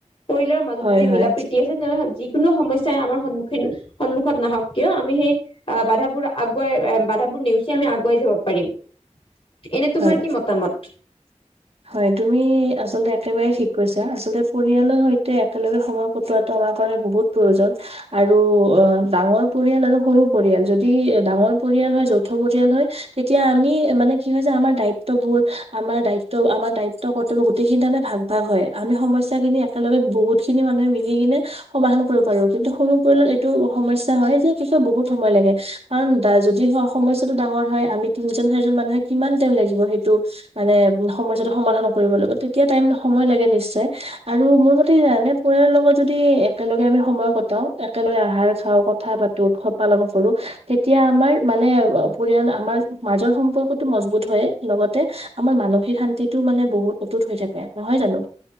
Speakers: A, on the left; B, on the right.
A: পৰিয়ালৰ মাজত
B: হয়,
A: যদি
B: হয়,
A: মিলা প্ৰ্ৰীতি আছে তেনেহলে যিিকোনো সমস্য়াই আমাৰ সন্মুখীন সন্মুখত নাহওক কিয় আমি সেই বাধাবোৰ আগুৱাই বাধাবোৰ নেওচি আমি আগুৱাই যাব পাৰিম এনে তোমাৰ
B: হয়
A: কি মতামত
B: হয় তুমি আচলতে একেবাৰে ঠিক কৈছো আচলতে পৰিয়ালৰ সৈতে একেলগে সময় কটোৱাটো আমাৰ কাৰণে বহুত। প্ৰয়োজন আৰু অ 'ডাঙৰ পৰিয়াল আৰু সৰু পৰিয়াল যদি ডাঙৰ পৰিয়াল হয় যৌথ পৰিয়াল হয় তেতিয়া আমি মানে কি হয়। যে আমাৰ দায়িত্ববোধ আমাৰ দায়িত্ব আমাৰ দায়িত্ব কৰ্তব্য গোটেইখিনি তাৰ আমি ভাগ ভাগ হয় আমি। একেলগে বহুত খিনি মানুহে মিলি কিনে সমাধান কৰিব পাৰো কিন্তু সৰু পৰিয়ালত এইটো সমস্যা হয় বহুত সময় লাগে কাৰণ যদি হয় সমস্যা টো ডাঙৰ হয় আমি তিনজন চাৰিজন মানুহে কিমান টাইম লাগিব সেইটো মানে সমস্য়াটো সমাধান কৰিবৰ লগত তেতিয়া টাইম সময় লাগে নিশ্চয়। আৰু মোৰ মতে কি জানে পাৰ লগত যদি একেলগে আমি সময় কটাও একেলগে আহাৰ চাও কথা কথা পাতো উৎসৱ পালন কৰো তেতিয়া আমাৰ মানে পৰিয়াল আমাৰ মাজৰ সম্পৰ্ক। মজবুত হয় লগতে আমাৰ মানসিক শান্তিটোও মানে বহুত অতুত হৈ থাকে নহয় জানো